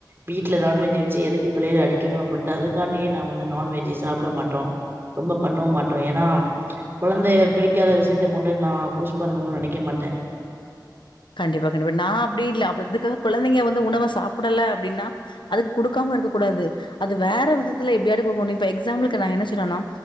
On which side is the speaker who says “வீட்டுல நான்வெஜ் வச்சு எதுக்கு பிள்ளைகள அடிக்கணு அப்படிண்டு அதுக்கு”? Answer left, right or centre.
Right